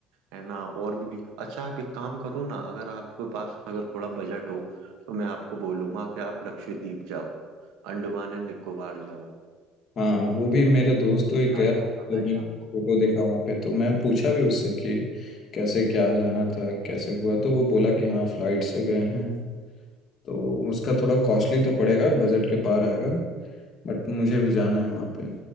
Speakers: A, on the right (about 80°); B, on the left (about 50°).
A: है ना और भी अच्छा आप एक काम करो ना अगर आपके पास अगर थोड़ा बजट हो तो मैं आपको बोलूंगा कि आप लक्षद्वीप जाओ अंडमान एंड निकोबार जाओ
B: हाँ वो भी मेरा दोस्त तो एक
A: क्या
B: गया तो
A: जाएगा भाई
B: मैं
A: आपको
B: फोटो देखा वहाँ पे तो मैं पूछा भी उससे कि कैसे क्या जाना था कैसे हुआ तो वो बोला कि हाँ फ्लाइट से गए हैं तो उसका थोड़ा कॉस्टली तो पड़ेगा बजट के पार आएगा बट मुझे भी जाना है वहाँ पे